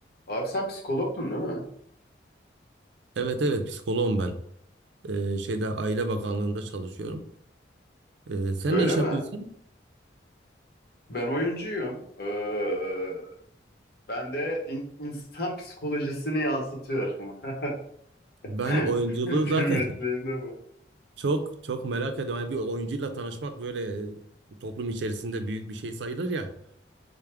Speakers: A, on the left; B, on the right.
A: Abi sen psikologdun değil mi?
B: Evet evet psikoloğum ben. Ee, şeyde Aile Bakanlığı'nda çalışıyorum. Ee, sen
A: Öyle
B: ne iş
A: mi?
B: yapıyorsun?
A: Ben oyuncuyum. Ee, ben de in- insan psikolojisini yansıtıyorum. <laughs>
B: Ben oyunculuğu
A: Benim
B: zaten
A: mesleğim de bu.
B: <laughs> çok çok merak ediyorum. Yani bir oyuncuyla tanışmak böyle e, toplum içerisinde büyük bir şey sayılır ya.